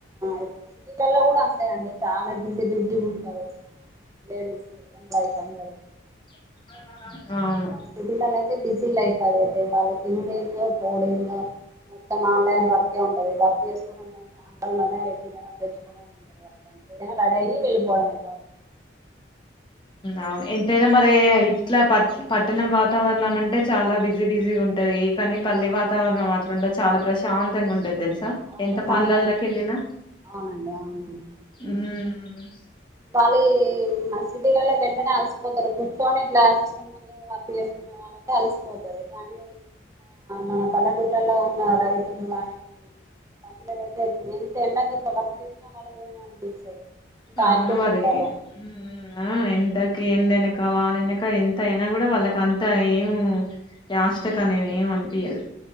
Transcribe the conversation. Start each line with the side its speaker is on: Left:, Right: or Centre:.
Right: ఇప్పుడు సిటీ ల్లా ల కూడా అంతేయండి చాలా బిజి బిజి ఉంటారు లేడీస్ ఎంప్లాయీస్ అందరూ
Left: <unintelligible> అవును
Right: సిటి లలో అయితే బిజీ లైఫ్ అది అయితే వాళ్ళు తిరుగుడు ఏందో పోవుడేందో మొత్తం ఆన్లైన్ వర్కే ఉంట ది వర్క్ చేసుకోవడంటే ఆన్లైన్ లోనే తినడం తెచ్చుకోవడం ఉంటది వాళ్ళ పని ఏదేనా రెడీ అయి వెళ్ళిపోవడం జాబ్
Left: అవును ఎంతైనా మరి ఇట్లా ప పట్టణం వాతావరణం అంటే చాలా బిజీ బిజీ ఉంటది కానీ పల్లె వాతావరణం అట్లుండదు చాలా ప్రశాంతంగా ఉంటది తెలుస
Right: చాలా
Left: ఎంత
Right: ప్రశాంతంగా
Left: పనుల్లకెళ్లిన
Right: ఉంటది అవునండి అవునవును
Left: మ్
Right: వాళ్ళు మన సిటీలలో వెంటనే అలసిపోతరు కూర్చొని ఇట్లా సిస్టమ్ ముందు వర్క్ చేసుకునే వాళ్ళక అలసిపోతుది కానీ మన పల్లెటూళ్లలో ఉన్న రైతులు గానీ మహిళలు అయితే ఎంత ఎండక వర్క్ చేసినా వాళ్ళకి ఏమి అనిపించదు ఎంత
Left: అవును
Right: యాక్టివ్గా
Left: మరి
Right: ఉంటారు
Left: మ్ అ ఎంతక్ ఏండ అనక వాన వెనక ఎంత అయినా గూడా వాళ్ళకి అంత ఏం అస్టక్ అంతా ఏమి అనిపియదు